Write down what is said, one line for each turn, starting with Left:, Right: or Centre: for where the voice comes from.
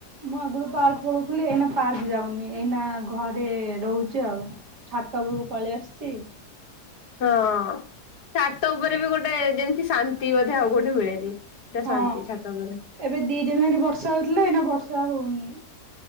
Right: ମୁଁ ଆଗରୁ ପାର୍କ ପଳଉଥିଲି। ଏଇନା ପାର୍କ ଯାଉନି। ଏଇନା ଘରେ ରହୁଚି ଆଉ। ଛାତ ଉପରକୁ ପଳେଇ ଆସୁଚି।
Left: ହଁ ଛାତ ଉପରେ ବି ଗୋଟେ ଯେମିତି ଶାନ୍ତି ବୋଧେ ଆଉ କୋଉଠି ମିଳେନି। ପୁରା
Right: ହଁ
Left: ଶାନ୍ତି ଛାତ ଉପରେ
Right: ଏବେ ଦି ଦିନ ହେଇନାଇ ବର୍ଷା ହଉଥିଲା, ଏଇନା ବର୍ଷା ହଉନି।